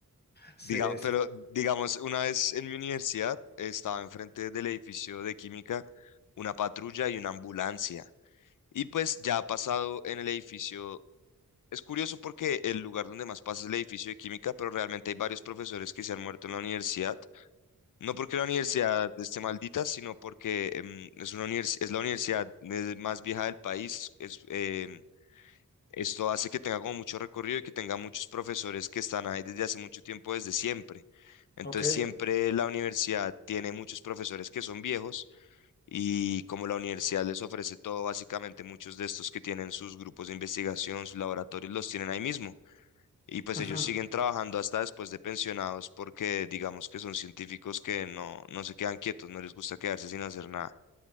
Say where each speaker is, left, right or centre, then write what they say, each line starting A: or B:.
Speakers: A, on the left (about 30°); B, on the left (about 65°).
A: sí,
B: Diga-
A: sí.
B: pero digamos, una vez en mi universidad estaba enfrente del edificio de química una patrulla y una ambulancia. Y pues ya ha pasado en el edificio. Es curioso porque el lugar donde más pasa es el edificio de química, pero realmente hay varios profesores que se han muerto en la universidad. No porque la universidad esté maldita, sino porque em, es una univers- es la universidad eh, más vieja del país. Es, eh, esto hace que tenga como mucho recorrido y que tenga muchos profesores que están ahí desde hace mucho tiempo, desde siempre. Entonces
A: Ok.
B: siempre la universidad tiene muchos profesores que son viejos y como la universidad les ofrece todo, básicamente muchos de estos que tienen sus grupos de investigación, sus laboratorios, los tienen ahí mismo. Y pues ellos
A: Ujú.
B: siguen trabajando hasta después de pensionados porque digamos que son científicos que no, no se quedan quietos, no les gusta quedarse sin hacer nada.